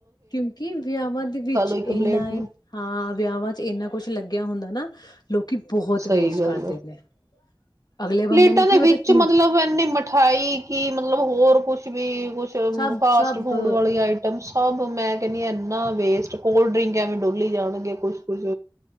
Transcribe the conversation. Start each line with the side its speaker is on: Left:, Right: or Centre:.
Left: ਕਿਉਂਕਿ ਵਿਆਹਾਂ ਦੇ ਵਿੱਚ
Right: ਇੱਕ
Left: ਇਨਾ
Right: ਪਲੇਟ ਨੂੰ
Left: ਹਾਂ ਵਿਆਹਾਂ ਚ ਇੰਨਾ ਕੁਛ ਲੱਗਿਆ ਹੁੰਦਾ ਨਾ <inaudible> ਲੋਕੀ ਬਹੁਤ
Right: ਸਹੀ
Left: ਵੇਸਟ
Right: ਗੱਲ
Left: ਕਰਦੇ
Right: ਹੈ
Left: ਨੇ ਅਗਲੇ ਬੰਦੇ
Right: ਪਲੇਟਾਂ
Left: ਨੇ
Right: ਦੇ
Left: ਕੀ ਪਤਾ
Right: ਵਿੱਚ
Left: ਕੀ
Right: ਮਤਲਬ ਇੰਨੀ ਮਿਠਾਈ ਕੀ ਮਤਲਬ ਹੋਰ ਕੁਛ ਵੀ ਕੁਛ
Left: ਸਭ
Right: ਫਾਸਟ
Left: ਸਭ
Right: ਫੂਡ ਵਾਲੀ ਆਈਟਮਸ ਸਭ ਮੈਂ ਕਹਿੰ ਹ ਇੰਨਾ ਵੇਸਟ ਕੋਲ ਡਰਿੰਕ ਐਵੇਂ ਡੋਲੀ ਜਾਣਗੇ ਕੁਛ ਕੁਛ